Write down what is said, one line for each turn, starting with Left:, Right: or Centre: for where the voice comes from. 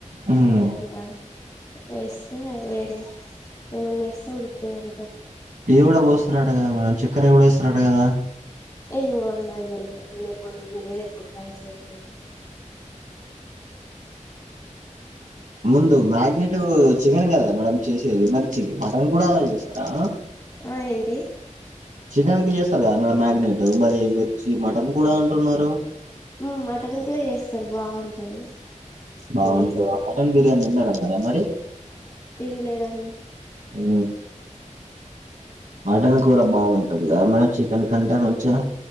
Right: మ్మ్
Left: ఏదన్న వేస్తే వేరే ఏమన్నా ఏస్తే ఉుడుకుతయి అం
Right: ఇది కూడ పోస్తరట కదా మేడం చక్కర కూడ ఎస్తారట కదా
Left: ఏమోండి నాకు తెలియదు నేను ఎప్పుడు విన్లేదు ఎప్పుడు ట్రై చేయలేదు.
Right: ముందు మాగ్నెటు చికెన్ కదా మేడం చేసేది మరి చి మటన్ కూడ అలా చేస్తారా
Left: ఆ ఏంటి
Right: చికెన్ కి చేస్తరు కదా మేడం మ్యాగ్నెట్ మరి మిర్చి మటన్ కూడ అంటున్నారు.
Left: హ్మ్ మటన్ కూడ చేస్తరు బాగుంటది. ఇట్లా
Right: బాగుంటద
Left: చేస్తే
Right: మటన్ బిర్యానీ తిన్నార మేడం మరి
Left: తిన్లేదండి
Right: హు మటన్ కూర బాగుంటది కదా మేడం చికెన్ కంటే మంచిగ